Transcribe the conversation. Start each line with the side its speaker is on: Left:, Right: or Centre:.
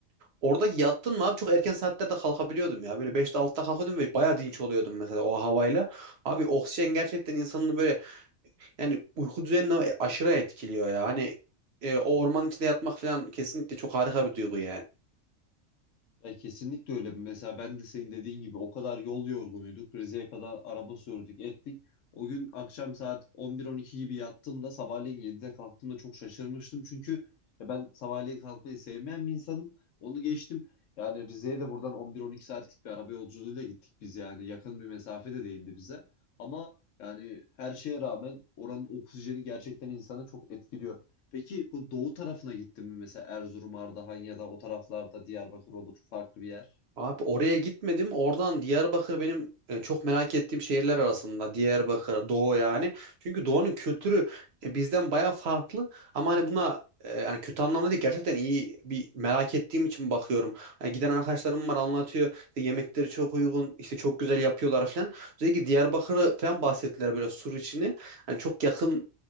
Right: orada yattın mı abi çok erken saatlerde kalkabiliyordum ya. Böyle beşte 6'da kalkıyordum ve bayağı dinç oluyordum mesela o havayla. Abi oksijen gerçekten insanın böyle yani uyku düzenini aşırı etkiliyor ya. Hani e, o ormanın içinde yatmak falan kesinlikle çok harika bir duygu yani.
Left: Ya kesinlikle öyle. Mesela ben de senin dediğin gibi o kadar yol yorgunuyduk. Rize'ye kadar araba sürdük, ettik. O gün akşam saat 11-12 gibi yattığımda sabahleyin 7'de kalktığımda çok şaşırmıştım. Çünkü ya ben sabahleyin kalkmayı sevmeyen bir insanım. Onu geçtim. Yani Rize'ye de buradan 11-12 saatlik bir araba yolculuğuyla gittik biz yani. Yakın bir mesafe de değildi bize. Ama yani her şeye rağmen oranın oksijeni gerçekten insanı çok etkiliyor. Peki bu doğu tarafına gittin mi mesela Erzurum, Ardahan ya da o taraflarda Diyarbakır olur farklı bir yer?
Right: Abi oraya gitmedim. Oradan Diyarbakır benim e, çok merak ettiğim şehirler arasında. Diyarbakır, Doğu yani. Çünkü Doğu'nun kültürü e, bizden bayağı farklı. Ama hani buna e, yani kötü anlamda değil. Gerçekten iyi bir merak ettiğim için bakıyorum. Yani giden arkadaşlarım var anlatıyor. İşte yemekleri çok uygun. işte çok güzel yapıyorlar falan. Özellikle Diyarbakır'ı falan bahsettiler böyle sur içini. Yani çok yakın